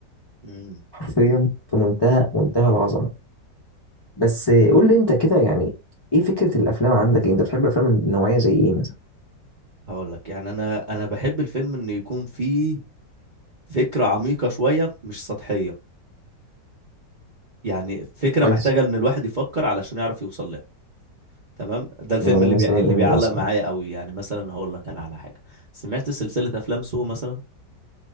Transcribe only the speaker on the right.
امم
هقول لك يعني انا انا بحب الفيلم ان يكون فيه فكره عميقه شويه مش سطحيه يعني فكره
محتاجه ان الواحد يفكر علشان يعرف يوصل لها تمام ده الفيلم
اللي بي...
اللي
بيعلق
معايا قوي يعني مثلا هقول لك انا على حاجه سمعت سلسله افلام سو مثلا